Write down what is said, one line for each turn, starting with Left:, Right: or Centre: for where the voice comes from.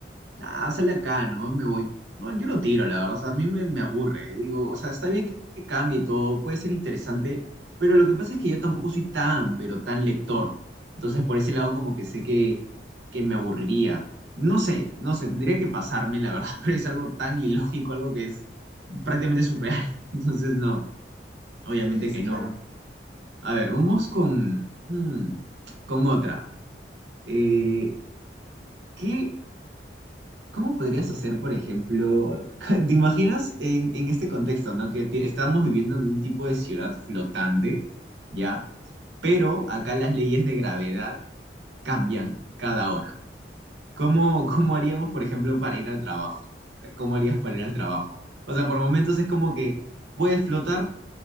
Right: Ah, sale acá, ¿no? Me voy. No, yo lo tiro, la verdad. O sea, a mí me, me aburre. Digo, o sea, está bien que, que cambie y todo, puede ser interesante, pero lo que pasa es que yo tampoco soy tan, pero tan lector. Entonces, por ese lado, como que sé que, que me aburriría. No sé, no sé, tendría que pasarme, la verdad, <laughs> pero es algo tan ilógico, algo que es prácticamente surreal. <laughs> Entonces, no, obviamente
Left: Sí, sí,
Right: que
Left: claro.
Right: no. A ver, vamos con, hmm, con otra. Eh, ¿qué? ¿Cómo podrías hacer, por ejemplo, <laughs> te imaginas en, en este contexto, ¿no? Que te- estamos viviendo en un tipo de ciudad flotante, ¿ya? Pero acá las leyes de gravedad cambian cada hora. ¿Cómo, cómo haríamos, por ejemplo, para ir al trabajo? ¿Cómo harías para ir al trabajo? O sea, por momentos es como que puedes flotar,